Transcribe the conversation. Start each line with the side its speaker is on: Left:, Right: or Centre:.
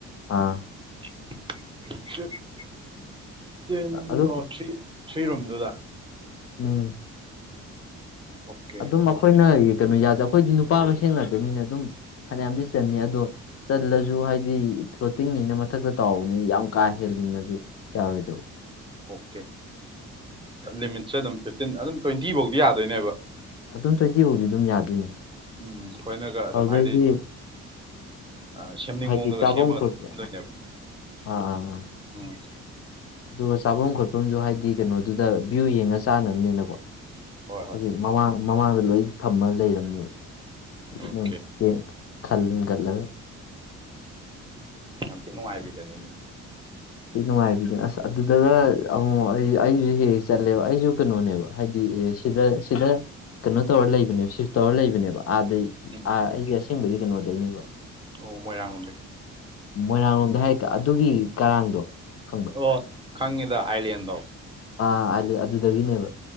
Left: ꯑꯥ
Right: <unintelligible>
Left: ꯑꯗꯨꯝ
Right: ꯊ꯭ꯔꯤ ꯔꯨꯝꯗꯨꯗ
Left: ꯎꯝ
Right: ꯑꯣꯀꯦ
Left: ꯑꯗꯨꯝ
Right: ꯑꯗꯨꯗꯤ
Left: ꯑꯈꯣꯏꯅ ꯀꯩꯅꯣ ꯌꯥꯖ ꯑꯈꯣꯏꯗꯤ ꯅꯨꯄꯥ ꯃꯁꯦꯟ ꯉꯥꯛꯇꯅꯤꯅ ꯑꯗꯨꯝ ꯐꯅꯤꯌꯥꯝꯗꯤ ꯆꯟꯅꯤ ꯑꯗꯣ ꯆꯜꯂꯖꯨ ꯍꯥꯏꯗꯤ ꯐ꯭ꯂꯣꯇꯤꯡꯅꯤꯅ ꯃꯊꯛꯇ ꯇꯥꯎꯕꯅꯤꯅ ꯌꯥꯝ ꯀꯥ ꯍꯦꯜ ꯑꯗꯨꯅꯖꯨ ꯌꯥꯔꯣꯏꯗꯕ
Right: ꯑꯣꯀꯦ ꯂꯤꯃꯤꯠꯁꯦ ꯑꯗꯨꯝ ꯐꯤꯞꯇꯤꯟ ꯑꯗꯨꯝ ꯇꫭꯏꯟꯇꯤ ꯕꯧꯗꯤ ꯌꯥꯗꯣꯏꯅꯦꯕ
Left: ꯑꯗꯨꯝ ꯇꫭꯏꯟꯇꯤ ꯕꯧꯗꯤ ꯑꯗꯨꯝ ꯌꯥꯗꯣꯏꯅꯦ
Right: ꯎꯝ ꯊꯣꯏꯅꯒ ꯑꯗꯨꯝ
Left: ꯑꯗꯨꯗꯩꯗꯤ
Right: ꯍꯥꯏꯗꯤ ꯑ ꯁꯦꯝꯅꯤꯡꯕ
Left: ꯍꯥꯏꯗꯤ
Right: ꯃꯋꫭꯡꯗꯒ
Left: ꯆꯥꯐꯝ
Right: ꯁꯦꯝꯃꯒ
Left: ꯈꯣꯠꯄ
Right: <unintelligible> ꯅꯦꯕ
Left: ꯑꯥ ꯑꯥ
Right: ꯎꯝ
Left: ꯑꯗꯨꯒ ꯆꯥꯕꯝ ꯈꯣꯠꯄꯝꯖꯨ ꯍꯥꯏꯗꯤ ꯀꯩꯅꯣꯗꯨꯗ ꯚꯤꯎ ꯌꯦꯡꯉ ꯆꯥꯅꯝꯅꯦꯅꯀꯣ
Right: ꯍꯣꯏ ꯍꯣꯏ
Left: ꯍꯥꯏꯗꯤ ꯃꯃꯥꯡ ꯃꯃꯥꯡꯗ ꯂꯣꯏ ꯊꯝꯃ ꯂꯩꯔꯝꯅꯦꯕ
Right: ꯑꯣꯀꯦ
Left: ꯃꯣꯏ ꯇꯦꯟ ꯈꯜꯒꯠꯂꯒ
Right: ꯌꯥꯝ ꯊꯤ ꯅꯨꯡꯉꯥꯏꯕꯤꯗꯅꯦꯃꯤ
Left: ꯊꯤ ꯅꯨꯡꯉꯥꯏꯕꯤꯅꯦ ꯑꯁ ꯑꯗꯨꯗꯒ ꯑꯃꯨꯛ ꯑꯩ ꯑꯩꯖꯨ ꯍꯦꯛ ꯍꯦꯛ ꯆꯠꯂꯦꯕ ꯑꯩꯖꯨ ꯀꯩꯅꯣꯅꯦꯕ ꯍꯥꯏꯗꯤ <unintelligible> ꯁꯤꯗ ꯁꯤꯗ ꯀꯩꯅꯣ ꯇꯧꯔ ꯂꯩꯕꯅꯦꯕ ꯁꯤꯐ ꯇꯧꯔ ꯂꯩꯕꯅꯦꯕ ꯑꯥꯗꯩꯥ
Right: ꯎꯝ
Left: ꯑꯩꯖꯦ ꯑꯁꯦꯡꯕꯗꯤ ꯀꯩꯅꯣꯗꯩꯅꯦꯕ
Right: ꯑꯣ ꯃꯣꯏꯔꯥꯡ ꯂꯣꯝꯗꯒꯤ
Left: ꯃꯣꯏꯔꯥꯡꯂꯣꯝꯗ ꯍꯥꯏ ꯑꯗꯨꯒꯤ ꯀꯔꯥꯡꯗꯣ ꯈꯪꯕ꯭ꯔꯥ
Right: ꯑꯣ ꯈꯪꯉꯤꯗ ꯑꯥꯏꯂꯦꯟꯗꯣ
Left: ꯑꯥ ꯑꯥꯢꯂꯦꯟ ꯑꯗꯨꯗꯒꯤꯅꯦꯕ